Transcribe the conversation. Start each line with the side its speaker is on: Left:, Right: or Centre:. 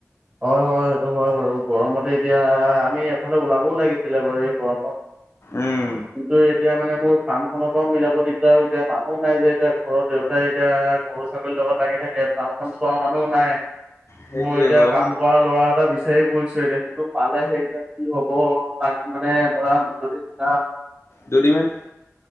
Right: হয় হয় সেইটো হয় বাৰু। গৰমতে এতিয়া আমি এফালে ওলাবও লাগিছিলে বাৰু এই গৰমত।
Left: উম,
Right: কিন্তু এতিয়া মানে মোৰ ফাৰ্ম খনতে মিলাব দিগদাৰ হৈ যায়, মানুহ নাই যে এতিয়া ঘৰৰ দেউতাই এতিয়া ঘ লাগি থাকে, ফামখন চোৱা মানুহ নাই।
Left: সেইটোৱে
Right: মই এতিয়া
Left: বাৰু
Right: কাম কৰা ল'ৰা এটা বিচাৰি ফুৰিছোঁ, এতিয়া সেইটো পালেহে এতিয়া কি হ'ব তাক মানে মানে মৰাণ যদি যাওঁ
Left: দুদিমান